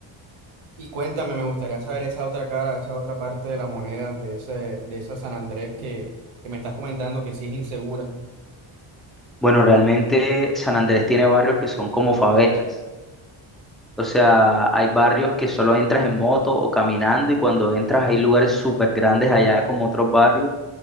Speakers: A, on the right; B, in the centre.
A: y cuéntame, me gustaría saber esa otra cara, esa otra parte de la moneda de ese, de esa San Andrés que, que me estás comentando que sí es insegura.
B: Bueno, realmente San Andrés tiene barrios que son como favelas. O sea, hay barrios que solo entras en moto o caminando y cuando entras hay lugares súper grandes allá como otros barrios.